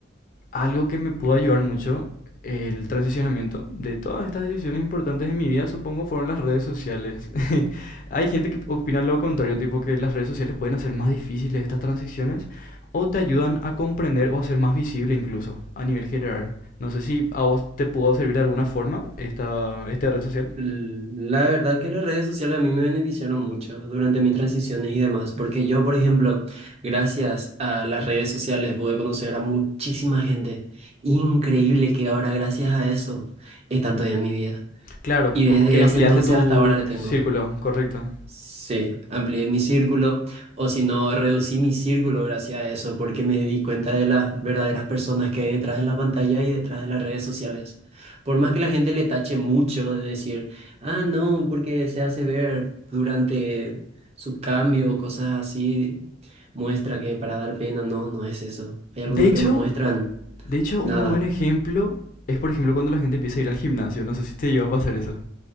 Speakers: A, on the left; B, on the right.
A: algo que me pudo ayudar mucho, el transicionamiento de todas estas decisiones importantes de mi vida, supongo, fueron las redes sociales. <laughs> Hay gente que opina lo contrario, tipo que las redes sociales pueden hacer más difíciles estas transiciones o te ayudan a comprender o a ser más visible incluso a nivel general. No sé si a vos te pudo servir de alguna forma esta, esta red social.
B: Mm, La verdad que las redes sociales a mí me beneficiaron mucho durante mis transiciones y demás, porque yo, por ejemplo, gracias a las redes sociales pude conocer a muchísima gente increíble que ahora gracias a eso están todavía en mi vida.
A: Claro,
B: Y
A: como
B: desde
A: que
B: ese
A: ampliaste
B: entonces
A: tu
B: hasta ahora le tengo.
A: círculo, correcto.
B: Sí, amplié mi círculo, o si no, reducí mi círculo gracias a eso, porque me di cuenta de las verdaderas personas que hay detrás de la pantalla y detrás de las redes sociales. Por más que la gente le tache mucho de decir, ah, no, porque se hace ver durante su cambio o cosas así, muestra que para dar pena, no, no es eso. Hay algunos
A: De hecho,
B: que no muestran
A: de hecho,
B: nada.
A: un muy buen ejemplo es, por ejemplo, cuando la gente empieza a ir al gimnasio. No sé si te lleva a pasar eso.